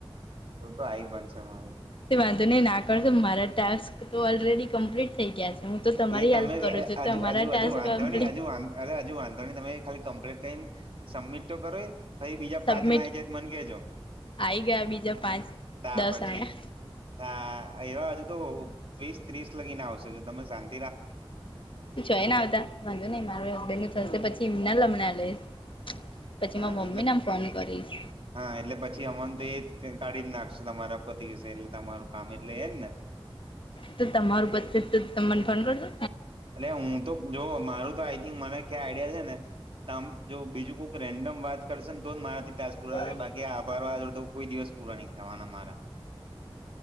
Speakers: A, on the right; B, on the left.
A: તો તો આઈ બનશે મારી
B: તે વાંધો નહી ના કરો તો મારા ટાસ્ક. એ તો ઓલરેડી કમ્પ્લીટ થઈ ગયા છે. હું તો તમારી
A: એ તમે
B: હેલ્પ
A: હજુ
B: કરું છું તમારા
A: હજુ
B: ટાસ્ક
A: હજુ વાંધો
B: કમ્પ્લીટ
A: નહી હજુ અરે હજુ વાંધો નહી તમે. ખાલી કમ્પ્લેટ કઈને સબમિટ તો કરો એ. ફરી બીજા
B: સબમિટ
A: પાંચ ના આઈ જાય તો મન કેજો
B: આવી ગયા બીજા પાંચ
A: તા
B: દસ
A: પછી.
B: આયા
A: હા એવા હજુ તો વીસ ત્રીસ લગીને આવશે જો તમે શાંત.
B: ચોયને આવતા વાંધો નઈ મારું હસબેન્ડ નું થશે પછી એમના લમણા લઈશ. પછી
A: હા
B: મારા
A: એટલે
B: મમ્મી ને ફોન કરીશ
A: હા એટલે પછી અમન તો એ કાઢી જ નાખશું તમારા પતિ જસે એટલે તમારું કામ એટલે એમને.
B: તો તમારું બચેત તો તમે મને ફોન કરજો.
A: એટલે હું તો જો મારું તો આઈથિંક મને ક્યા આઈડિયા છે ને તમ જો બીજું કોક રેન્ડમ વાત કરશે ને તો જ મારાથી ટાસ્ક
B: પણ
A: પુરા થશે બાકી આભાર વાળા તો કોઈ દિવસ પૂરા નહીં થવાના મારા.